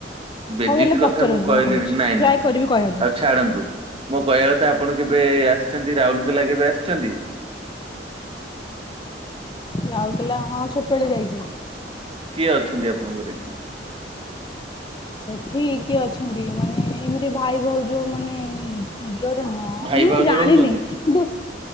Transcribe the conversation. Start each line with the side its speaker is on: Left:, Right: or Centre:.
Right: ବେଜିତ
Left: ହଉ ତାହେଲେ
Right: କଥା
Left: ପଚାରନ୍ତୁ
Right: ମୁଁ କହିଲିଣି
Left: କହୁଛି
Right: ନାଇଁ
Left: ଟ୍ରାଏ
Right: ନାଇଁ।
Left: କରିବି କହିବା ପାଇଁ
Right: ହଉ ଛାଡନ୍ତୁ ମୋ କହିବା କଥା ଆପଣ କେବେ ଆସ ଛନ୍ତି, ରାଉଲକେଲା କେବେ ଆସିଛନ୍ତି?
Left: ରାଉଲକେଲା ହଁ ଛୋଟବେଳେ ଯାଇଛେ।
Right: କିଏ ଅଛନ୍ତି ଆପଣଙ୍କର ଏଠି?
Left: ସେଠି କିଏ ଅଛନ୍ତି, ମାନେ ଏମିତି ଭାଇ ଭାଉଜ ମାନେ ନି ନିଜର ହଁ
Right: ଭାଇ
Left: ମୁଁ
Right: ଭାଉଜ
Left: ଜାଣିନି।
Right: ରହୁଛନ୍ତି
Left: କିନ୍ତୁ